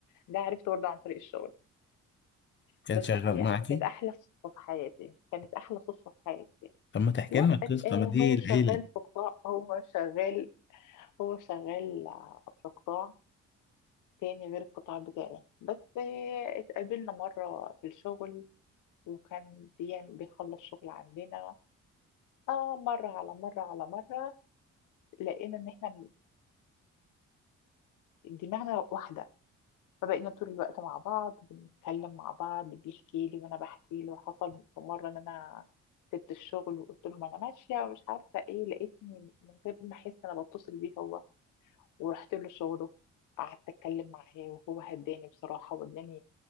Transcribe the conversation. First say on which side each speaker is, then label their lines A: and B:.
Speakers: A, on the left; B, on the left.
A: ده عرفته برضه عن طريق الشغل
B: كان
A: بس
B: شغال
A: يعني
B: معاكي
A: كانت أحلى صدفة في حياتي كانت أحلى صدفة في حياتي
B: طب ما تحكي
A: لا
B: لنا القصه
A: أك- آه،
B: ما دي
A: هو
B: العيله
A: شغال في قطاع هو شغال هو شغال آه، في قطاع تاني غير القطاع بتاعي بس آه، اتقابلنا مرة في الشغل وكان بيعمل بيخلص شغل عندنا اه مرة على مرة على مرة لقينا ان احنا م- دماغنا واحدة فبقينا طول الوقت مع بعض بنتكلم مع بعض بيحكي لي وانا بحكي له حصل في مرة ان انا سبت الشغل وقلت له ما انا ماشية ومش عارفة ايه لقيتني من غير ما احس انا بتصل بيه هو ورحت له شغله قعدت اتكلم معاه وهو هداني بصراحه واداني